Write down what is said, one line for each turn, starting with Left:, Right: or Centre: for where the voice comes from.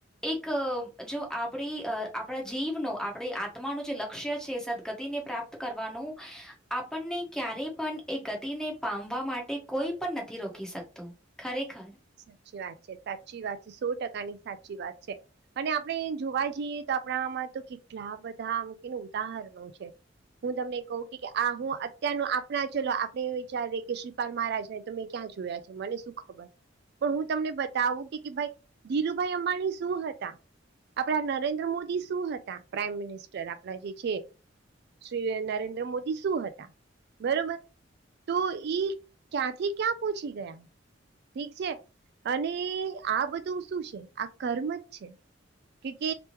Centre: એક જો આપણી આપણા જીવનો આપણી આત્માનું જે લક્ષ્ય છે સદગતિને પ્રાપ્ત કરવાનું આપણને ક્યારે પણ એ ગતિને પામવા માટે કોઈ પણ નથી રોકી શકતો ખરેખર
Right: સાચી વાત છે સાચી વાત છે સો ટકા ની સાચી વાત છે અને આપણે જોવા જઈએ તો આપણામાં તો કેટલા બધા આમ કેને ઉદાહરણો છે હું તમને કહુંકે આ હું અત્યાર ન આપણા ચલો આપણે એ વિચાર કે શ મહારાજ ને તમે ક્યાં જોયા છે મને શું ખબર પણ હું તમને બતાવુંકે ભાઈ ધીરુભાઈ અંબાણી શું હતા આપડા નરેન્દ્ર મોદી શું હતા પ્રાઈમ મિનિસ્ટર આપડા જે છે શ્રી નરેન્દ્ર મોદી શું હતા બરોબર તો ઈ ક્યાંથી ક્યાં પહોંચી ગયા ઠીક છે અને આ બધું શું છે આ કર્મ જ છે કુ કે